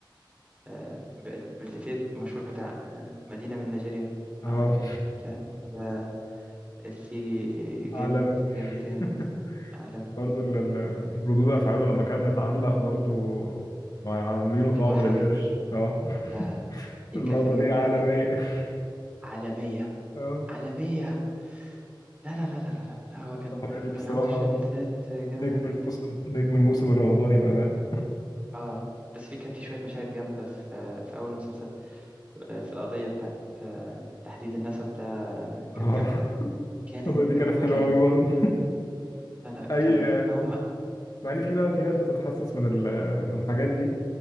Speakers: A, on the right (about 15°); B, on the left (about 50°).
A: آه، ب- الإفيه المشهور بتاع آه، مدينة من نيجيريا
B: اه
A: عربي من بتاع ده إفيه جامد
B: عالمي
A: جامد جامد
B: <laughs>
A: عالمي
B: برضه ال- ال- ردود أفعاله لما كان متعلق برضه عاملينه طعم
A: البحر
B: للقرش اه <laughs>
A: لا لا. يا
B: اللقطة
A: كافر يا
B: دي
A: ابن
B: عالمية
A: اللد
B: <laughs>
A: عالمية
B: اه
A: عالمية لا لا لا لا لا لا لا، هو كان
B: غريب بصراحة
A: كان عنده شوية إفيهات جامدة
B: نجم
A: جدا
B: الموسم نجم الموسم الرمضاني بأمان
A: اه بس في كان في شوية مشاهد جامدة في في أول مسلسل آه، في القضية بتاعت آه، تحديد النسب ده كانت
B: اه
A: جامدة
B: <laughs>
A: كانت
B: اللقطة دي كانت حلوة
A: جامدة
B: أوي برضه
A: لا لا
B: أي
A: كان هما
B: مع ان في بقى في ناس بتتحسس من ال- من الحاجات دي